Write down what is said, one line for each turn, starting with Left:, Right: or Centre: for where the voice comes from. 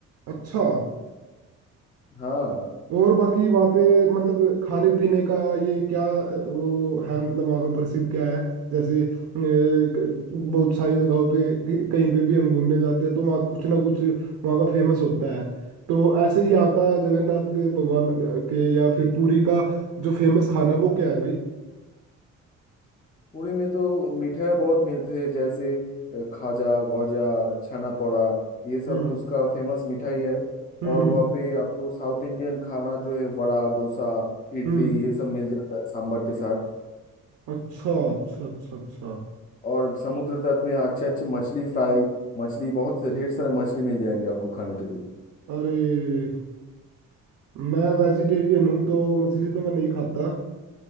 Right: अच्छा
Left: हाँ
Right: और बाकी वहाँ पे मतलब खाने पीने का ये क्या अ, वो है मतलब वहाँ का प्रसिद्ध क्या है जैसे अ, क- बहुत सारी जगहों पे कि- कहीं पे भी हम घूमने जाते हैं तो वहाँ कुछ ना कुछ वहाँ का फेमस होता है तो ऐसे ही यहाँ का जगन्नाथ भगवान के या फिर पुरी का जो फेमस खाना है वो क्या है भाई
Left: पुरी में तो मिठाई बहुत मिलते हैं जैसे अ, खाजा गौजा छाना पोड़ा ये सब
Right: हम्म
Left: उसका फेमस मिठाई है
Right: हम्म
Left: और वहाँ
Right: हम्म
Left: पे आपको साउथ इंडियन खाना जो है वड़ा डोसा इडली
Right: हम्म
Left: ये सब मिल जाता है सांभर के साथ
Right: अच्छा अच्छा अच्छा अच्छा
Left: और समुद्र तट में अच्छे अच्छे मछली फ्राई मछली बहुत से ढेर सारे मछली मिल जाएंगे आपको खाने के लिए
Right: अरे मैं वेजिटेरियन हूँ तो मछली तो मैं नहीं खाता